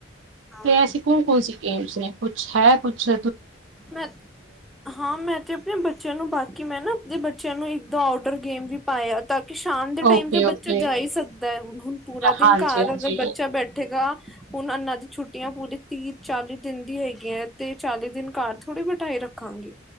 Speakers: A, in the centre; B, on the right (about 80°).
A: ਹਾਂ,
B: ਤੇ ਐਸੀ ਕੌਣ-ਕੌਣ ਸੀ। ਗੈਮਸ ਮੈ ਕੁਛ ਹੈ ਕੁਛ,
A: ਮੈਂ ਹਾਂ ਮੈਂ ਤੇ ਆਪਣੇ ਬੱਚਿਆਂ ਨੂੰ ਬਾ ਕਿ ਮੈਂ ਨਾ ਆਪਦੇ ਬੱਚਿਆਂ ਨੂੰ ਇੱਕਦ ਆਊਡਰ ਗੇਮ ਵੀ ਪਾਇਆ ਤਾਂ ਕਿ ਸ਼ਾਮ ਦੇ ਟਾਈਮ
B: ਓਕੇ-ਓਕੇ
A: ਤੇ ਬੱਚਾ ਜਾ ਹੀ ਸਕਦਾ ਹੈ, ਹੁਣ ਪੂਰਾ ਦਿਨ
B: ਹਾਂਜੀ-ਹਾਂਜੀ
A: ਘਰ ਅਗਰ ਬੱਚਾ ਬੈਠੇਗਾ। ਹੁਣ ਐਨਾ ਦੀ ਛੁੱਟੀਆਂ ਪੂਰੀ ਤੀਹ ਚਾਲੀ ਦਿਨ ਦੀ ਹੈਗੀਆਂ ਹੈ, ਤੇ ਚਾਲੀ ਦਿਨ ਘਰ ਥੋੜ੍ਹੀ ਬਿਠਾਈ ਰੱਖਾਂਗਾ।